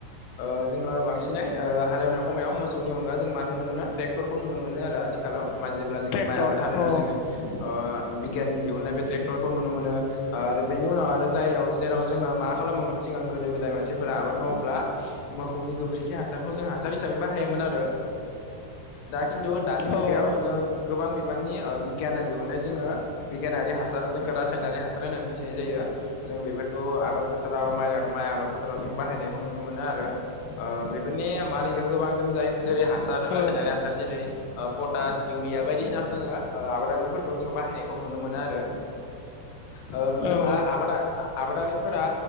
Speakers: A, on the left (about 70°); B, on the left (about 85°).
A: ओ जोङो बांसिनै ओ हालेवनाय समायाव मोसौनि अनगा जों मा नुनो मोनो ट्रेक्टरखौ नुनो मोनो आरो। आथिखालाव। मा जेब्ला जोंनि
B: ट्रेक्टर
A: माइ आबाद हालेव
B: अ
A: नायाव जोङो ओ बिगियाननि दिहुनाय बे ट्रेक्टरखौ नुनो मोनो। ओ आरो बेनि उनाव आरो जायावलजेराव जोङो मा खालामोन सिगां गोदो गोदाय मानसिफोरा आबाद मावोब्ला मोखौनि गोबोरखि हासारखौ जों हासार हिसाबै बाहायोमोन आरो। दा खिन्थु दानि मुगायाव
B: अ
A: जों गोबां बिबांनि बिगियाना दिहुननाय जोङो बिगियानारि हासाराव जोंखौ रासायनारि हासार होना मिथिनाय जायो जों बेफोरखौ आबाद फोथाराव माइ माइ आबाद फोथाराव जों बाहायनाय मोनो आरो ओ बेफोरनि मा होनो बेखो गोबां जों जायो जेरै हासार रासनारि
B: औ
A: हासार जेरै पटास इउिया बायदि बायदिसिना जोङो आबादारि फोरखौ जोङो बाहायनायखौ नुनो मोनो आरो। ओ मोन
B: औ
A: नोङा आबादा आबादारि फोरा